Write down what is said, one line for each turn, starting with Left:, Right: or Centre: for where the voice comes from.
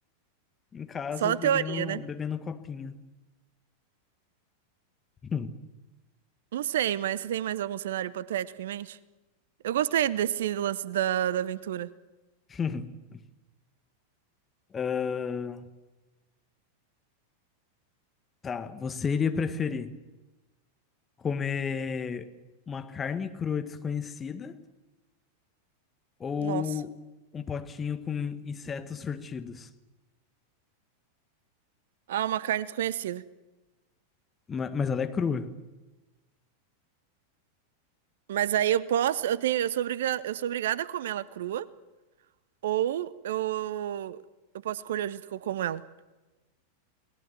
Left: em casa
Right: só na
Left: bebendo,
Right: teoria, né?
Left: bebendo um copinho. Hum.
Right: Não sei, mas você tem mais algum cenário hipotético em mente? Eu gostei desse lance da, da aventura.
Left: <laughs> Ah, tá, você iria preferir Comer uma carne crua desconhecida ou
Right: Nossa.
Left: um potinho com insetos surtidos?
Right: Ah, uma carne desconhecida.
Left: Ma- Mas ela é crua.
Right: Mas aí eu posso, eu tenho, eu sou obriga, eu sou obrigada a comer ela crua, ou eu, eu posso escolher o jeito que eu como ela.